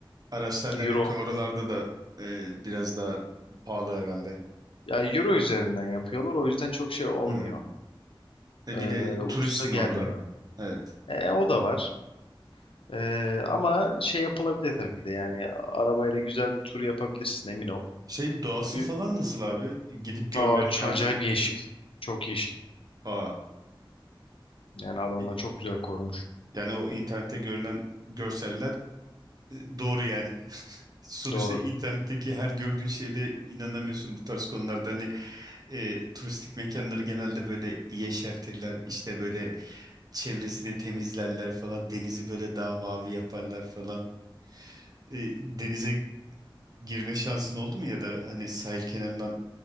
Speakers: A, on the right (about 45°); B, on the left (about 85°).
A: Araçlar demek
B: Euro
A: ki oralarda da e, biraz daha pahalı herhalde.
B: ya euro üzerinden yapıyorlar o yüzden çok şey olmuyor.
A: Hmm. E
B: Ee,
A: bir de
B: ucuza
A: turistsin
B: gelmiyor.
A: orada. Evet.
B: E, o da var. Ee, ama şey yapılabilir tabii ki de yani arabayla güzel bir tur yapabilirsin emin ol.
A: Şey doğası
B: Ü-
A: falan nasıl abi? Gidip gördüğün
B: Aa, ç-
A: yer...
B: acayip yeşil. Çok yeşil.
A: Aa,
B: Yani adamlar
A: i-
B: çok güzel korumuş.
A: yani o internette görülen görseller e, doğru yani. <laughs> Sonuçta
B: Doğru.
A: internetteki her gördüğün şeyde inanamıyorsun bu tarz konularda. Hani e, turistik mekanları genelde böyle yeşertirler. İşte böyle çevresini temizlerler falan. Denizi böyle daha mavi yaparlar falan. E, denize girme şansın oldu mu ya da hani sahil kenarından